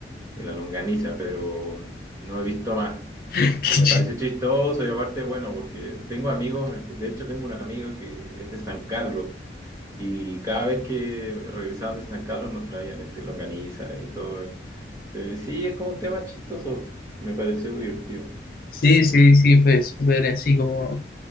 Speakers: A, on the right; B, on the left.
A: de la longaniza, pero no he visto más.
B: <laughs>
A: Este,
B: Qué
A: me
B: chis-
A: parece chistoso y aparte, bueno, porque tengo amigos, de hecho tengo un amigo que es de San Carlos. Y cada vez que regresaban de San Carlos nos traían este, longaniza y todo. eh. Pero sí, es como un tema chistoso. Me pareció divertido.
B: Sí, sí, sí, fue súper así como,